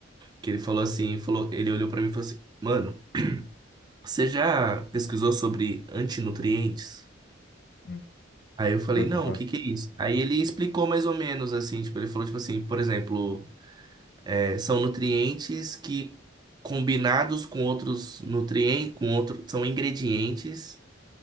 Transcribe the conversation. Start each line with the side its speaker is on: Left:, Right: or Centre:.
Right: que ele falou assim, falou, ele olhou pra mim e falou assim, mano, você já pesquisou sobre antinutrientes?
Left: Hum,
Right: Aí eu falei,
Left: Pior
Right: não,
Left: que eu faço.
Right: o que que é isso? Aí ele explicou mais ou menos assim, tipo, ele falou tipo assim, por exemplo, É, são nutrientes que, combinados com outros nutrientes, com outro, são ingredientes,